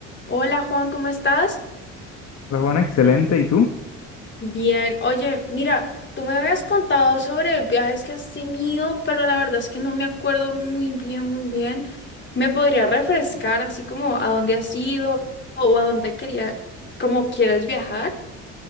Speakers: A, on the left; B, on the left.
A: Hola Juan, ¿cómo estás?
B: Pues bueno, excelente. ¿Y tú?
A: Bien, oye, mira, tú me habías contado sobre viajes que has tenido, pero la verdad es que no me acuerdo muy bien, muy bien. ¿Me podría refrescar así como a dónde has ido o a dónde quería, como quieres viajar?